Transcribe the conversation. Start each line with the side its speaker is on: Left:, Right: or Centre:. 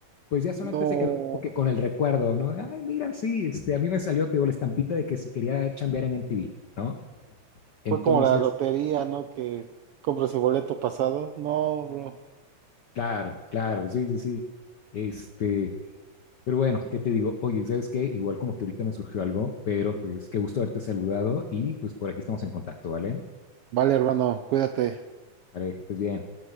Left: pues ya solamente
Right: No.
Left: se quedó como que con el recuerdo, ¿no? Ay, mira, sí, este, a mí me salió, te digo, la estampita de que si quería chambear en MTV, ¿no? Entonces,
Right: Fue como la lotería, ¿no? Que compras el boleto pasado. No, bro.
Left: claro, claro, sí, sí, sí. Este, Pero bueno, ¿qué te digo? Oye, ¿sabes qué? Igual como que ahorita me surgió algo, pero pues qué gusto haberte saludado y pues por aquí estamos en contacto, ¿vale?
Right: Vale, hermano, cuídate.
Left: Vale, que estés bien.